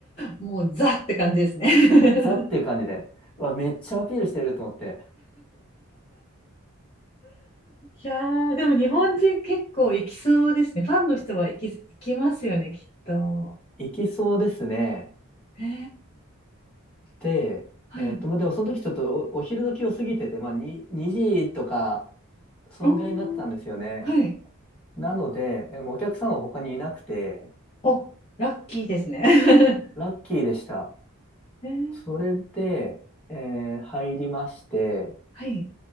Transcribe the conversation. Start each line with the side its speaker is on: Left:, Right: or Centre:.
Left: もうザって感じですね
Centre: もうザっていう感じで、
Left: <laughs>。
Centre: うわ、めっちゃアピールしてると思って、
Left: いやでも日本人結構行きそうですね。ファンの人は行き、行きますよね、きっと。
Centre: いけそうですね。
Left: へえ。
Centre: で、
Left: はい。
Centre: えっと、まあ、でもその時ちょっとお、お昼時を過ぎてて、まあ、に2時とか、そんぐらいになってたんですよね。
Left: おー、はい。
Centre: なので、えーお客さんは他にいなくて、
Left: お、ラッキーですね。<laughs>
Centre: ラッキーでした。
Left: へえ。
Centre: それで、えー入りまして、
Left: はい。